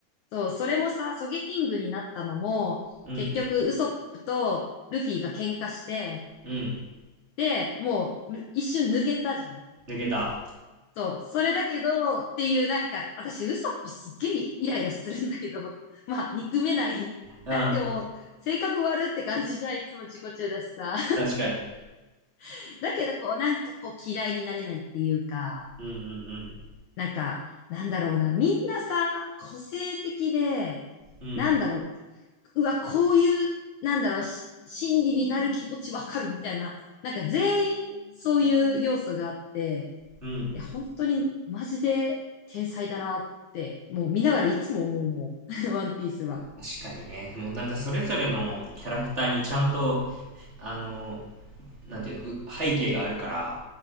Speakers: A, on the left; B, on the right.
A: そう、それもさ、ソゲキングになったのも、
B: うん、
A: 結局、ウソップとルフィが喧嘩して、
B: うん、
A: で、もう、ル一瞬抜けたじゃん。
B: 抜けた。
A: そう、それだけど、っていう、なんか、私、ウソップすっげえイライラするんだけど、<laughs> まあ、憎めない。
B: うん、
A: なんてもう、性格悪って感じじゃん、いつも自己中だしさ。
B: 確かに。
A: <laughs> だけど、こう、なんかこう、嫌いになれないっていうか、
B: うん、うん、
A: なんか、なんだろうな、みんなさ、個性的で、
B: うん、うん、
A: なんだろう、うわ、こういう、なんだろう、し心理になる気持ちわかるみたいな、なんか全員そういう要素があって、
B: うん。
A: いや、本当にマジで天才だなって、もう見ながらいつも思うもん、<laughs> ワンピースは。
B: 確かにね、もうなんかそれぞれのキャラクターにちゃんと、あの、なんていうの、う背景があるから、